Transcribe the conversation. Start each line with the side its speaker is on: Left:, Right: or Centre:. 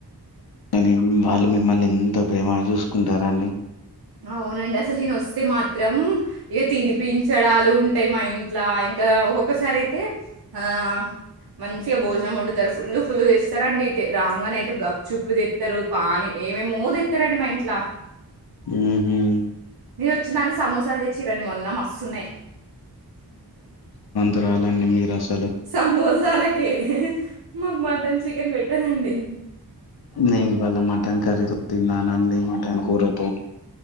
Left: కానీ వాళ్ళు మిమ్మల్ని ఎంత ప్రేమగ చూసుకుంటారండి
Right: ఆ అవునండి అసలు నేన్ వస్తే మాత్రం ఇక తినిపించడాలు ఉంటాయి మా ఇంట్లా ఇంకా ఒక్కొక్కసారి అయితే ఆ మంచిగా భోజనం ఒండుతారు ఫుల్లు ఫుల్ తెస్తారండి అయితే రాంగనే అయితే గప్చూపులు తెత్తరు పానీ ఏమేమో తెత్తరండి మా ఇంట్లా
Left: ఊహూ
Right: ఇగ వచ్చినాని సమోసాలు తెచ్చిరండి మొన్న మస్తున్నాయి
Left: పిలవరండి మీరస
Right: సమోసాలె కే మాక్ మటన్ చికెన్ పెట్టరండి
Left: నేన్ ఇవాల మటన్ కర్రీతో తిన్నానండి మటన్ కూరతో